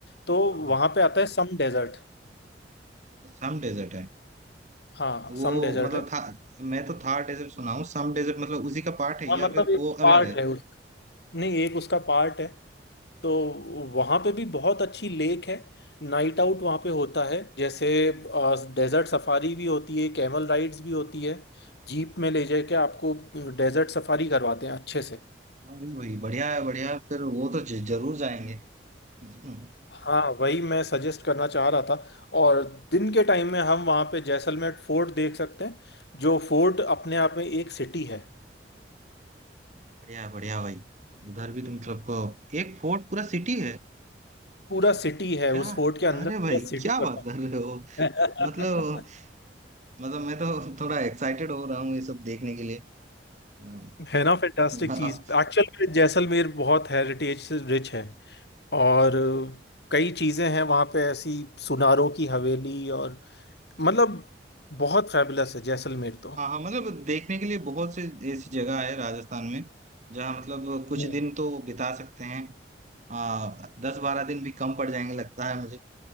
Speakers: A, on the left; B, on the right.
A: तो
B: हाँ
A: वहां पे आता है सम डेजर्ट
B: सम डेजर्ट है
A: हाँ
B: वो
A: सम डेजर्ट
B: मतलब
A: है
B: था मैं तो थार डेजर्ट सुना हूँ सम डेजर्ट मतलब उसी का पार्ट है
A: हाँ
B: या
A: मतलब
B: फिर
A: एक
B: वो
A: पार्ट
B: अलग है
A: है उस नहीं एक उसका पार्ट है तो वहाँ पे भी बहुत अच्छी लेक है नाइट आउट वहाँ पे होता है जैसे डेजर्ट सफारी भी होती है कैमल राइड्स भी होती है जीप में ले जाके आपको डेजर्ट सफारी करवाते हैं अच्छे से
B: हाँ नहीं भाई बढ़िया है बढ़िया है फिर वो तो ज- जरूर जाएंगे हम्म,
A: हाँ वही मैं सजेस्ट करना चाह रहा था और दिन के टाइम में हम वहाँ पे जैसलमेर फोर्ट देख सकते हैं जो फोर्ट अपने आप में एक सिटी है
B: बढ़िया है बढ़िया है भाई उधर भी तुम मतलब एक फोर्ट पूरा सिटी है
A: पूरा सिटी है
B: क्या
A: उस फोर्ट के अंदर
B: अरे
A: पूरा
B: भाई
A: सिटी
B: क्या
A: बसा
B: बात कर रहे हो
A: है
B: मतलब
A: <laughs>
B: मतलब मैं तो थोड़ा एक्साइटेड हो रहा हूँ ये सब देखने के लिए हाँ
A: है ना फैंटास्टिक
B: हाँ
A: चीज एक्चुअल में जैसलमेर बहुत हेरिटेज से रिच है और कई चीजें हैं वहां पे ऐसी सुनारों की हवेली और मतलब बहुत फैबुलस है जैसलमेर तो
B: हाँ, मतलब देखने के लिए बहुत से ऐसी जगह है राजस्थान में जहाँ मतलब कुछ
A: हम्म।
B: दिन तो बिता सकते हैं आ, दस बारह दिन भी कम पड़ जाएंगे लगता है मुझे